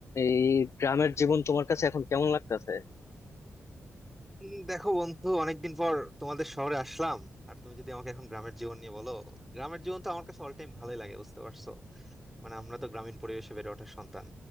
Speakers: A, on the left; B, in the centre.
A: এই গ্রামের জীবন তোমার কাছে এখন কেমন লাগতেছে
B: উম, দেখো বন্ধু অনেকদিন পর তোমাদের শহরে আসলাম আর তুমি যদি আমাকে এখন গ্রামের জীবন নিয়ে বলো গ্রামের জীবন তো আমার কাছে অল টাইম ভালোই লাগে বুঝতে পারছো মানে আমরা তো গ্রামীণ পরিবেশে বেড়ে ওঠা সন্তান